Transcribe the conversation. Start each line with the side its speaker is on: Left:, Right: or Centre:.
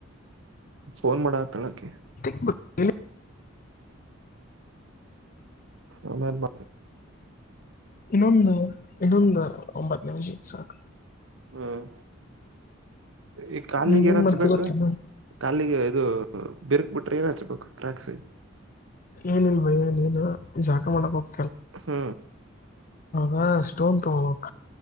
Right: ಫೋನ್ ಮಾಡ ತಳಕ್ಕೆ
Left: <inaudible>
Right: ಆಮೇಲೆ ಮಾಡ್ತೀನಿ
Left: ಇನ್ನೊಂದು ಇನ್ನೊಂದು ಒಂಬತ್ತು ನಿಮಿಷ ಸಾಕು
Right: ಹ್ಮ್ ಈ ಕಾಲಿಗೆ
Left: ನೀನ್
Right: ಏನ
Left: ಏನ್
Right: ಹಚ್ಬೇಕು
Left: ಮಾಡ್ತಿ ಗೊತ್ತೇನು
Right: ಕಾಲಿಗೆ ಇದು ಬಿರ್ಕ್ ಟ್ರೈನ್ ಹಚ್ಬೇಕು ಟ್ರ್ಯಾಕ್ಸ್
Left: ಏನಿಲ್ ಭಯ ನೀನು ಜಾಕ್ ಮಾಡಕ್ ಹೋಗ
Right: ಹ್ಮ
Left: ಹ ಸ್ಟೋನ್ ತಗೋ